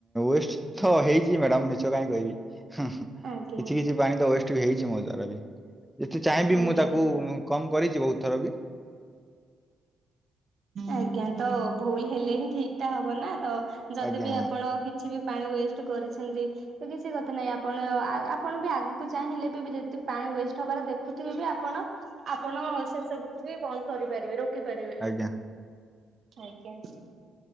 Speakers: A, in the centre; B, on the right.
A: ୱଷ୍ଟତ ହେଇଚି ମ୍ୟାଡ଼ାମ୍ ମିଛ କାହିଁ କହିବି କିଛି
B: ଆଜ୍ଞା
A: କିଛି କିଛି ପାଣିତ ୱେଷ୍ଟବି ହେଇଚି ମୋଦ୍ଵାରାବି ଯେତେ ଚାହିଁବି
B: ଆଜ୍ଞା।
A: ମୁଁ ତାକୁ କମ୍ କରିଚି ବହୁତଥରବି
B: ଆଜ୍ଞା ତଭୁଲ ହେଲେହିଁ ଠିକଟା ହବନା ତଯଦିବିି
A: ଆଜ୍ଞା ହଁ
B: ଆପଣ କିଛିବି ପାଣି ୱେଷ୍ଟ କରିଛନ୍ତି ତ କିଛି କଥା ନାହିଁ ଆପଣ ଆପଣବି ଆଗକୁ ଚାହିଁଲେବି ଯଦି ପାଣି ୱେଷ୍ଟ ହବାର ଦେଖୁଥିବେବି ଆପଣ ଆପଣ ସେସବୁକୁବି ବନ୍ଦ କରିପାରିବେ ରୋକି ପାରିବେ
A: ଆଜ୍ଞା।
B: ଆଜ୍ଞା।